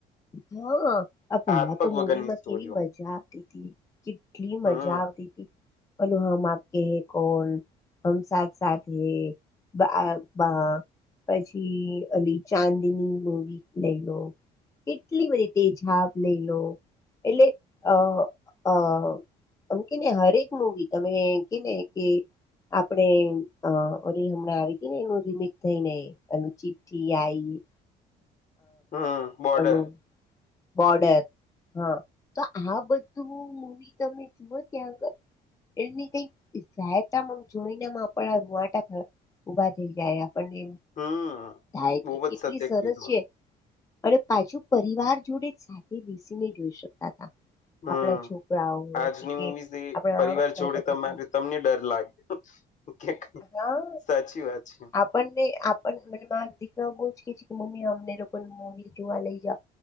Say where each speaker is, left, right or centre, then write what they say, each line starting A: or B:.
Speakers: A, on the left; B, on the left.
A: હા આ પહેલા
B: હાથ પગ
A: તો મુવીમાં
B: વગરની સ્ટોરીઓ
A: કેવી મજા આવતી હતી કેટલી
B: હમ
A: મજા આવતી હતી <unintelligible> હમ આપકે કોણ આમ સાથ સાથે બા બા પછી અલી ચાંદીની મોવી લઈ લો કેટલી બધી તેજાબ લઈ લો એટલે અ આ આમ કેને હરેક મુવી તમે કેને કે આપડે ઓરી હમણાં આવી ને એનું રીમિકસ થઈનેલ ચીઠી આ <unintelligible>
B: હમ બોર્ડર
A: એનું બોર્ડર હા તો આ બધું મવી તમે જુઓ ત્યાં આગળ એની કઈક સાયતા જોઈનેમાં આપ રૂઆટ ઉભા થઈ જાય આપણને
B: હમ
A: થાય
B: બહુ
A: કે
B: જ
A: કેટલી
B: સત્ય
A: સરસ
B: કીધું
A: છે અને પાછું પરિવાર જોડે સાથે બેસીને જોઈ શકતા હતા
B: હમ
A: આપણા છોકરાઓ હોય
B: આજની
A: કે કે
B: મુવીઝ એ
A: આપણા
B: પરિવાર
A: માતા
B: જોડે તમારે
A: પિતા
B: તમને ડર લાગે્યો
A: હા
B: સાચી વાત છે
A: આપણને આપ મ દીકરા બહુ જ કે છે કે મમ્મી અમને લોકો મવી જોવા લઈ જાવ